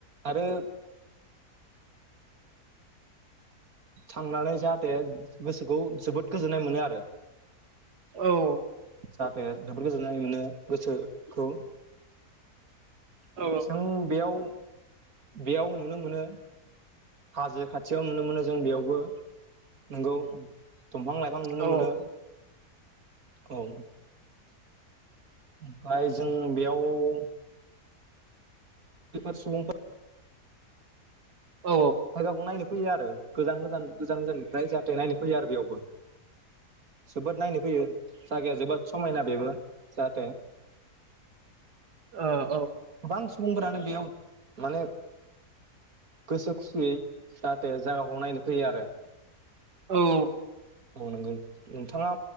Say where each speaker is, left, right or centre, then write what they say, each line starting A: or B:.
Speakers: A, on the right (about 60°); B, on the right (about 80°).
A: आरो थांनानै जाहाथे गोसोखौ जोबोद गोजोननाय मोनो आरो।
B: औ
A: जाहाथे जोबोद गोजोन्नाय मोनो गोसोखौ।
B: औ
A: जों बेयाव बेयाव नुनो मोनो। हाजो खाथियाव नुनो मोनो जों बेयावबो। नोंगौ। दंफां-लाइफां नुनो
B: औ
A: मोनो। औ। ओमफ्राय जों बेयाव सुबुंफोर
B: औ
A: जायगाखौ नायनो फैयो आरो गोजान गोजान गोजान गोजाननिफ्राय जाहाथे नायनो फैयो आरो बेयावबो। जोबोद नायनो फैयो जायगाया जोबोद समायना बेबो जाहाथे
B: ओ औ
A: गोबां सुबुंफोरानो बेयाव माने गोसो खुसियै जाहाथे जायगाखौ नायनो फैयो आरो।
B: औ
A: औ नोंगौ नोंथाङा